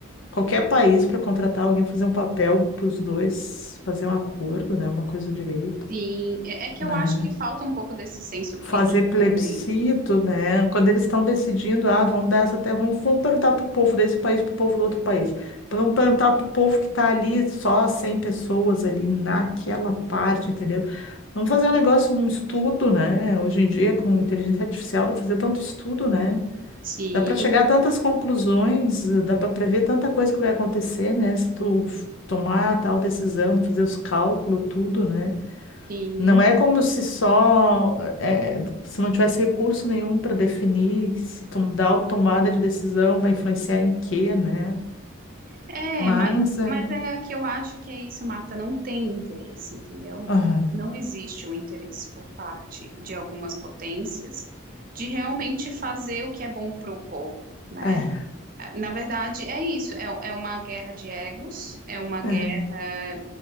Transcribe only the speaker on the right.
Sim, é é que
eu acho que falta um pouco desse senso crítico
também.
Sim,
sim.
É,
mas,
mas é que eu acho que é isso, Marta, não tem interesse, entendeu?
Não existe um interesse por parte de algumas potências de realmente fazer o que é bom pro povo, né?
Na verdade, é isso. É, é uma guerra de egos, é uma guerra